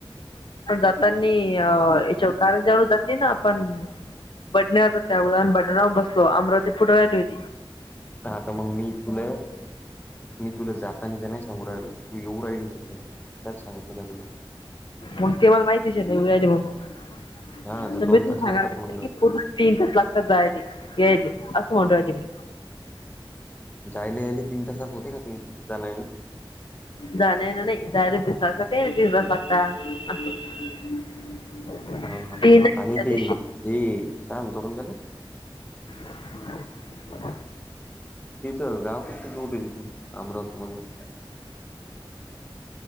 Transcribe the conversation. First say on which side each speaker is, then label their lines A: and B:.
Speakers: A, on the left; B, on the left.
A: जातानी अ याच्यावर कारंजा वरुन जाते ना पण बडण्यावर <unintelligible> अमरावती पुढच <unintelligible>
B: हां आतां मंग मी तुंले मी तुंले जां. तांनी त्यां नाहीं सांगू राहिलो तूं येऊं राहिली संध्या त्यांचं सांगितलं नाहीं तुलां.
A: मंग त्यां बांले माहिती आहे कां तुं येऊंन राहिली म्हणूंन
B: हा तर
A: तबेतंचं
B: दोन तास
A: सांगा
B: लागतात
A: लागते
B: म्हणलं
A: की तीनं तांस लागतांत जांयले यांयले असं म्हंणू राहिली मी
B: जांयले यांयले तीनं तासांत होते कां तीनं तांस सुद्धां जाणं येणं
A: जांयले यांयले नाहीं जांयले दिड तासं जाते यांयले दिड तासं लागतांत असं
B: हां हां
A: ते नाही
B: आणि
A: त्या
B: ते
A: दिवशी
B: ही कायं म्हणतो आपणं त्यांला
A: <inaudible> <unintelligible>
B: इथं गावं किती दूंर इलं अमरावती मधून.